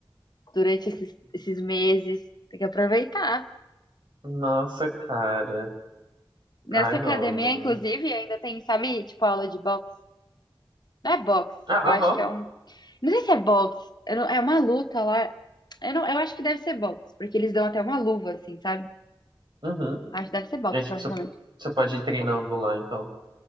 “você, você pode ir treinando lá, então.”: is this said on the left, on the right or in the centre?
Right